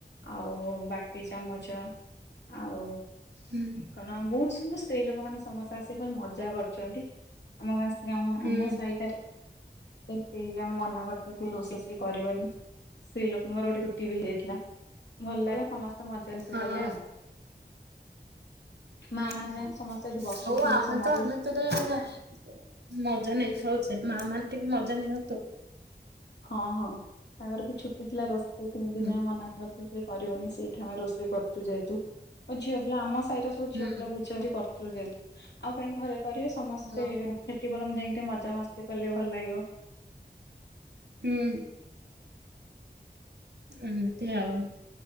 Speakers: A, on the left; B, on the right.
A: ଆଉ ବାଟି ଚାମଚ। ଆଉ
B: ହୁଁ
A: କଣ ବହୁତ୍ ସବୁ ସେଇ ଲୋକମାନୋନେ ସମସ୍ତେ ଆସିକାଇ ମଜା କରିଚନ୍ତି। ଆମ ଗାଁସ୍ତ୍ ରେ ଆମର୍
B: ହୁଁ।
A: ଆମ ସାଇଟା କେଇ କା ଆମେ ମନା କରିଥିଲି ଟିକେ ରଷେଇ କରିବନି ସ୍ତ୍ରୀ ଲୋକଙ୍କର ଗୋଟେ ଟିବି ହେଇଥିଲା ଭଲ ଲାଗିଲା ସମସ୍ତେ ମଜା ହେତୁ
B: ହଁ
A: କଲେ
B: ହଁ
A: ଆଉ ମା
B: ହୁଁ
A: ମାନେ ଯାଇକି
B: ହୁଁ
A: ସମସ୍ତେ ଏଠି ବସିଥିଲେ
B: ହୋଉ ଆମେ
A: ସମସ୍ତେ
B: ତ ମେ ତ ମଜା ନେଇଥାଉଛେ ମା ମାନେ ଟିକେ ମଜା ନିଅନ୍ତୁ।
A: ହଁ ହଁ ତାଙ୍କର ବି ଛୁଟି ଥିଲା ରୋଷେଇ ତିନି ଦିନିଆ
B: ହୁଁ
A: ମନା ବତୁ ବି କରିବନି ସେଇଠି ଆମେ ରୋଷେଇ କରୁଚୁ ଯେହେତୁ ଝିଅ ପିଲା ଆମ ସାଇର ଓଉ
B: ହୁଁ
A: ଝିଅ ପିଲା ବୁଝା ବୁଝି କର୍ଚୁ ଯେଏତୁ ଆଉ କାଇଁ ଘରେ କରିବେ ସମସ୍ତେ
B: ହଁ।
A: ଟି ବରମ୍ ଯାଇଁ ଟିଏ ମଜା ମସ୍ତି କଲେ ଭଲ୍ ଲାଗିବ।
B: ହୁଁ। ଏମିତି ଆଉ।